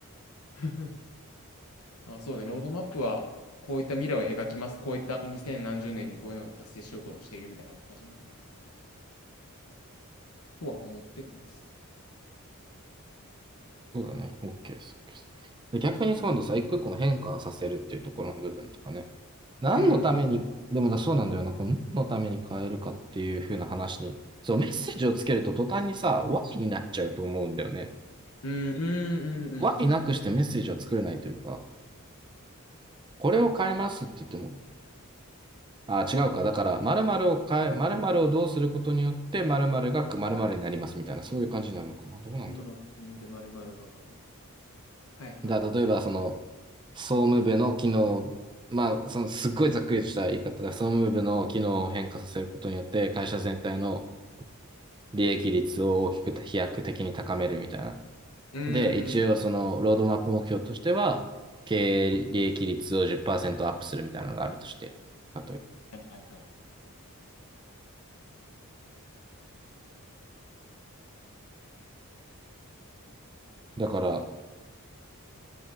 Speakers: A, on the left (about 80°); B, on the right (about 20°).
A: <laughs> まあそうね、ロードマップは、こういった未来を描きます。こういった2 0何十年にこういうのを達成しようとしているみたいな感じなのかな。とは思っています。
B: そうだね。OK です。OK です。で逆に今度さ、一個一個の変化させるっていうところの部分とかね。何のために、
A: うん。
B: でもだそうなんだよな。この何のために変えるかっていう風な話に、そう、メッセージをつけると途端にさ、ワイになっちゃうと思うんだよね。
A: うんうんうんうんうん。
B: Y なくしてメッセージは作れないというか、これを変えますって言っても、あ、違うか。だから、〇〇を変え、〇〇をどうすることによって、〇〇が〇〇になりますみたいな、そういう感じになるのかな。どうなんだろ
A: ロムロ君で丸々がかです。はいはいはい。
B: う。だから例えば、その、総務部の機能、まあ、その、すっごいざっくりとした言い方で、総務部の機能を変化させることによって、会社全体の利益率を大きく飛躍的に高めるみたいな。
A: うんうん。
B: で、一応、その、ロードマップ目標としては、経営利益率を10%アップするみたいなのがあるとして、例えば。
A: はいはいはい。
B: だから、